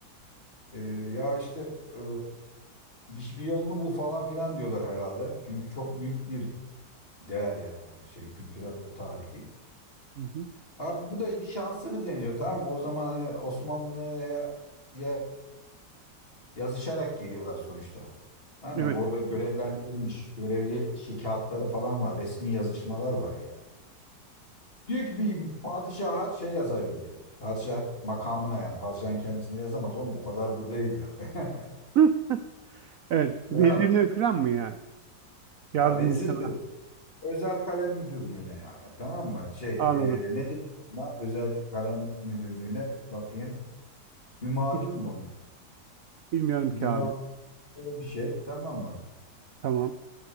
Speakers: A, on the left (about 30°); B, on the right (about 60°).
A: Ee, ya işte e, bir, bir yolunu bul falan filan diyorlar herhalde. Çünkü çok büyük bir değer yani şey kültürel ve tarihi.
B: Hı hı.
A: Abi bu da bir şansını deniyor tamam mı? O zaman hani Osmanlı'ya ya- yazışarak geliyorlar sonuçta. Tamam
B: Evet.
A: yani orada görevlendirilmiş, görevli şey kağıtları falan var, resmi yazışmalar var yani. Diyor ki bir padişaha şey yazayım diyor. Padişah makamına yani padişahın kendisine yazamaz oğlum o kadar da değil yani. <laughs>
B: Hı. Evet.
A: Ya,
B: Vezirine falan mı yani? Yardımcısına.
A: ya vezir dedi. Özel kalem müdürlüğüne yani tamam mı? Şey
B: Anladım.
A: e, ne deniyor ona? Özel kalem müdürlüğüne bakayım. Hümayun
B: Hiç
A: mu?
B: bilmiyorum ki
A: Divan
B: abi.
A: Böyle bir şey tamam mı?
B: Tamam.